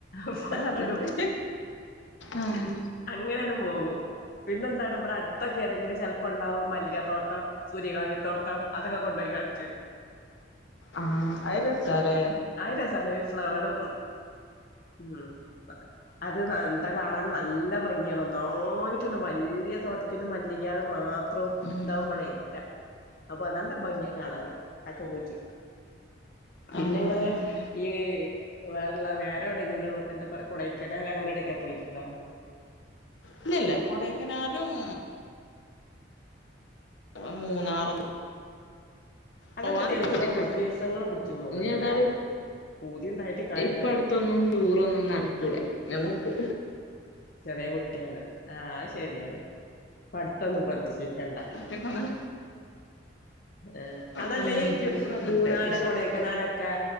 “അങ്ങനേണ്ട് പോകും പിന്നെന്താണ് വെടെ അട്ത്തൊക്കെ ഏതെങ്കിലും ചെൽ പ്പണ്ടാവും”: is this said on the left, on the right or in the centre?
Left